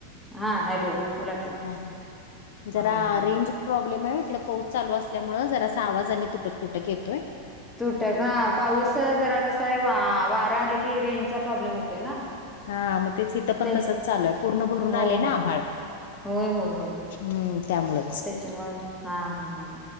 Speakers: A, in the centre; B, on the left.
A: हा हॅलो! बोला की,
B: हा हा
A: हा
B: जरा
A: हा हा
B: रेंज प्रॉब्लेम आहे ओ इकडं, पाऊस चालू असल्यामुळे जरासं आवाज आणि तुटक तुटक येतोय.
A: तुटक हा, पाऊस जरा कसा आहे वा वारा आलं की रेंजचा प्रॉब्लेम होतोय ना.
B: हा, मग तेच हिथं पण
A: ते
B: तसच चालू आहे, पूर्ण भरून
A: हो
B: आलेय
A: हो
B: ना आभाळ.
A: होय होय होय,
B: हम्म त्यामुळंच
A: त्याच्यामु हा हा हा